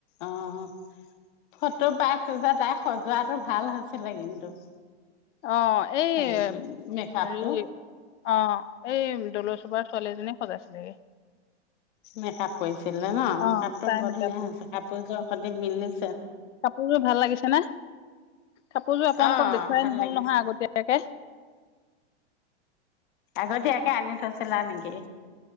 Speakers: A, on the left; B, on the left.
A: অ' ফটো পাইছো যে তাই সজোৱাটো ভাল হৈছিলে কিন্তু
B: অ', এই
A: হেৰিটো মেকআপটো
B: হেৰি অ' এই দলৌৰ চোপাৰ ছোৱালী এজনীয়ে সজাইছিলেগে
A: মেক-আপ কৰিছিলে ন', মেক-আপটো
B: অ তাই
A: বৰ
B: মেকআপ
A: ধুনীয়া হৈছে কাপোৰযোৰ সতে মিলি
B: কাপোৰযোৰ ভাল লাগিছে নে? কাপোৰযোৰ আপোনালোকক
A: অ
B: দেখুৱাই
A: ভাল
B: নহ'ল
A: লাগিছে
B: নহয় আগতীয়াকে
A: আগতীয়াকে আনি থৈছিলা নেকি?